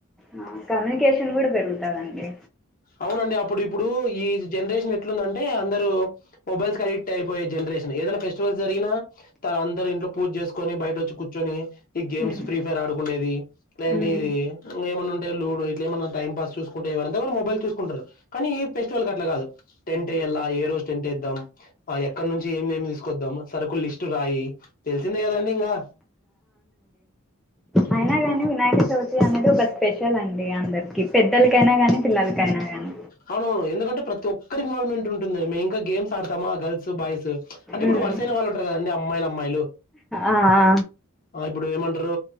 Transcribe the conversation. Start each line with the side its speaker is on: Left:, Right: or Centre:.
Centre: ఆ కమ్యూనికేషన్ కూడా పెరుగుతాదండి
Left: అవునండి అప్పుడు ఇప్పుడు ఈ జనరేషన్ ఎట్లుందంటే అందరూ మొబైల్స్ కి అడిక్ట్ అయిపోయే జనరేషన్ ఏదైనా ఫెస్టివల్ జరిగినా తన అందరు ఇంట్లో పూజ్ జెస్కొని బైటఒచ్చి కూచ్చోని ఈ గేమ్స్
Centre: ఉమ్
Left: ఫ్రీ ఫైర్ ఆడుకుండేది ఎట్లాంటిది
Centre: ఉమ్
Left: ఏమన్న ఉంటే లూడో ఇట్లా ఏమన్నా టైం పాస్ చూస్కుంట ఎవర దెగ్గర మొబైల్ చూస్కుంటారు కానీ ఈ ఫెస్టివల్ గట్ల గాదు టెంట్ఎయ్యాల ఏ రోజు టెంట్ఎద్దాం ఆ ఎక్కనుంచి ఏమేం తీస్కొద్దాం సరుకుల్ లిస్టురాయి తెల్సిందే గదండి ఇంగా హ్మ్.
Centre: అయినా గాని వినాయక చవితి అనేది ఒక స్పెషల్ అండి అందర్కి పెద్దలకైనా గాని పిల్లలకైనా గాని
Left: అవును ఎందుకంటే ప్రతి ఒక్కరి ఇన్వాల్వ్మెంట్ ఉంటుంది మేం ఇంకా గేమ్స్ ఆడ్తామా గర్ల్స్ బాయ్స్ అంటే ఇప్పుడు
Centre: ఉమ్
Left: వార్సేన వాళ్ళు ఉంట్రు కదండి అమ్మాయిలు అమ్మాయిలు
Centre: ఆ ఆ
Left: అ ఇప్పుడు ఏమంట్రూ